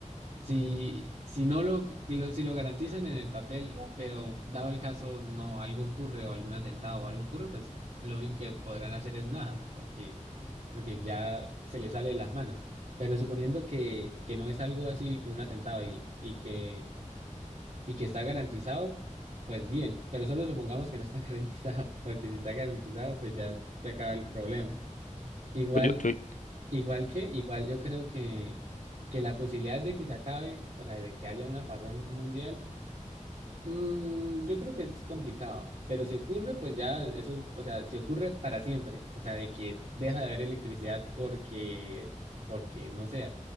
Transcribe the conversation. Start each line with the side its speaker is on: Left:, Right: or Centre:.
Right: si, si no lo, lo- si lo garantizan en el papel, pero dado el caso no algo ocurre o algún atentado o algo ocurre, pues lo único que podrán hacer es nada, porque porque ya se le sale de las manos. Pero suponiendo que, que no es algo así como un atentado y, y que, y que está garantizado, pues bien, pero solo supongamos que no está <laughs> garantizado, porque si está garantizado, pues ya se acaba el problema. Igual,
Left: Pues yo, yo,
Right: igual que, igual yo creo que, que la posibilidad de que se acabe, o sea, de que haya un apagón mundial, Mm, yo creo que es complicado, pero si ocurre, pues ya eso, o sea, si ocurre para siempre, o sea, de que deja de haber electricidad porque, porque, no sé,